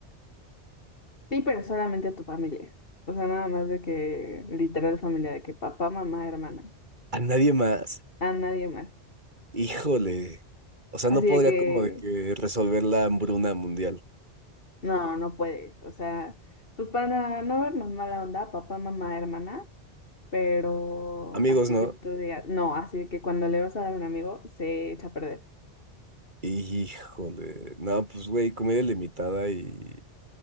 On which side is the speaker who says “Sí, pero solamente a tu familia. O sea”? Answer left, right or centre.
Left